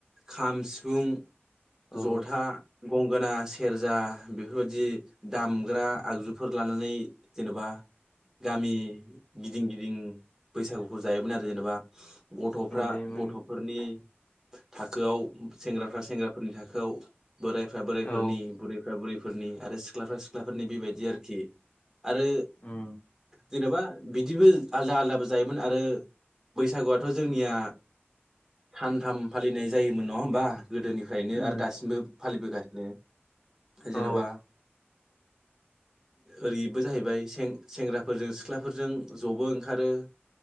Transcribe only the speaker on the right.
खाम सिफुं
-जथा। गंगोना सेरजा बेफोरबायदि दामग्रा आगजुफोर लानानै। जेनेबा गामि गिदिं गिदिं बैसागुखौ जायोमोन आरो जेनेबा। गथ'फ्रा
गथ'। फोरनि थाखोआव सेंग्राफ्रा सेंग्राफोरनि थाखोआव बोरायफ्रा बोरायफोरनि
बुरैफ्रा बुरैफोरनि आरो सिख्लाफ्रा सिख्लाफोरनि बेबायदि आरोखि। आरो
जेनेबा बिदिबो आलदा आलदाबो जायोमोन आरो। बैसागुआथ' जोंनिया। सानथाम फालिनाय जायोमोन नङा होमबा गोदोनिफ्रायनो
आरो दासिमबो फालिबोगासिनो। जेन'बा।
ओरैबो जाहैबाय सें-सेंग्राफोरजों सिख्लाफोरजों ज'बो ओंखारो।